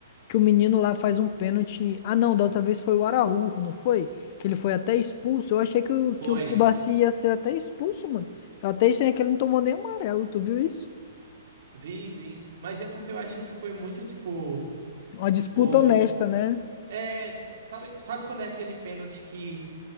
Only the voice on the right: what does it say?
Foi.
Vi, vi. Mas é porque eu acho que foi muito tipo.
O...
É, tipo, sabe, sabe quando é aquele pênalti que